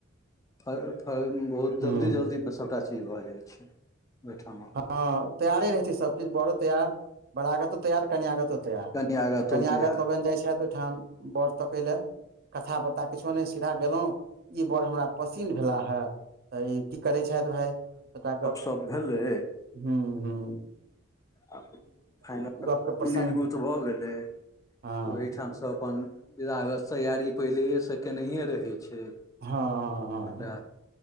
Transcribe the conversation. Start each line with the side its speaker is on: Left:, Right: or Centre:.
Left: फ फ बहुत
Right: हूँ
Left: जल्दी जल्दी सभटा चीज भऽ जाइ छै ओहिठाम
Right: हँ तैयारे रहै छै सब चीज बड़ो तैयार बड़ाागतो तैयार कनियागत त
Left: कनि आगाँ तोते
Right: कनियागत
Left: यार
Right: लोगन जाइ छथि ओहिठाम वर तकय लए कथा पता किछो नहि सीधा गेलहुँ ई बर हमरा पसिन्न भेला हे तऽ ई की करैत छथि भाय? सभटा गप्प
Left: तप भेले
Right: हूं हूं
Left: आ फाइनल
Right: गपके प्रसङ्ग
Left: निजगूत भ गेलै
Right: हँ
Left: ओहीठाम सँ अपन विधागत तैयारी पहिलेए सँ केनहिए रहै छै
Right: हँ हँ हँ
Left: सभटा
Right: हँ